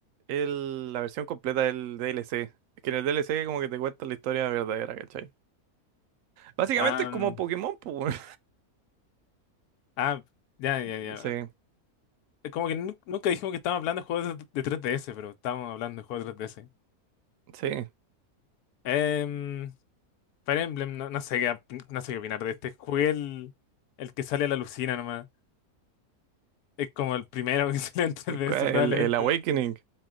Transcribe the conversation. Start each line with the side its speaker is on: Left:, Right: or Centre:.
Right: el- la versión completa del DLC. Es que en el DLC como que te cuentan la historia verdadera, ¿cachai? Básicamente
Left: Ah,
Right: es como
Left: mm,
Right: Pokémon, pues, weón.
Left: ah, ya, ya,
Right: <laughs>
Left: ya.
Right: Sí,
Left: Eh, Como que nu- nunca dijimos que estábamos hablando de juegos de de 3DS, pero estábamos hablando de juegos de 3DS.
Right: sí.
Left: Em, Fire Emblem, no, no sé qué, op- no sé qué opinar de este. Jugué el, el que sale a la lucina nomás. Es como el primero que <laughs> sale en 3DS
Right: El,
Left: probablemente.
Right: el Awakening.